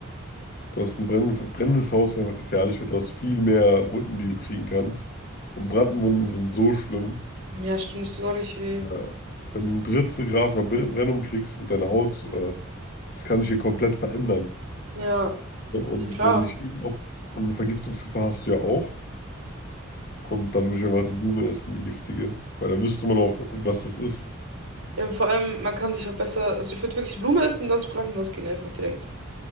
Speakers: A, on the left (about 50°); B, on the right (about 75°).
A: Du hast ein brenn- brennendes Haus ist einfach gefährlich, weil du hast viel mehr Wunden, die du kriegen kannst. Und Brandwunden sind so schlimm.
B: Ja, stimmt, es tut auch richtig weh.
A: Äh, wenn du ein Drittel Grad Verbrennung kriegst und deine Haut, äh, das kann sich hier komplett verändern.
B: Ja,
A: Und
B: ja, klar.
A: wenn ich eh auch und Vergiftungsgefahr hast du ja auch. Und dann würde ich einfach die Blume essen, die giftige. Weil dann wüsste man auch, was das ist.
B: Ja, und vor allem, man kann sich auch besser, also ich würde wirklich Blume essen und dann zum Krankenhaus gehen, einfach direkt.